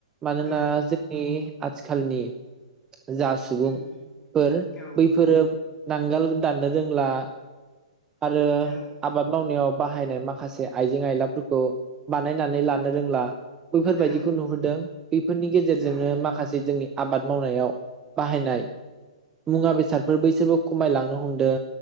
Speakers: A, on the right; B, on the left.
A: मानोना
B: ओं
A: जोंनि
B: नंगौ
A: आथिखालनि। जा सुबुंफोर
B: उम औ
A: बैफोरोब नांगोलग दानदनो रोंला। आरो
B: ओं
A: आबाद मावनायावब। बाहायनाय माख खासे आइजें आयलाफोरखौ बानायनानै लानो रोंला। बैफोरबायदिखौ
B: ओं
A: नुहुरदों, बैफोरनि गेजेरजोंनो
B: ओं
A: माखासे जोंनि। आबाद मावनायाव बाहायनाय मुंवा बेसादफोर बैसोरबो खमायलांनो हमदों।